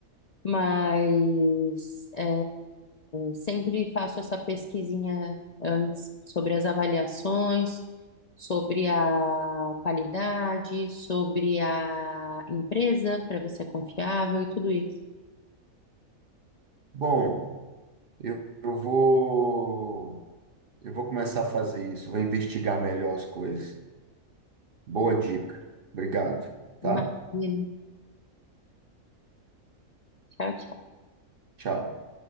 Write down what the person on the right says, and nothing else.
Bom, eu, eu vou eu vou começar a fazer isso, vou investigar melhor as coisas. Boa dica. Obrigado, tá?
Tchau.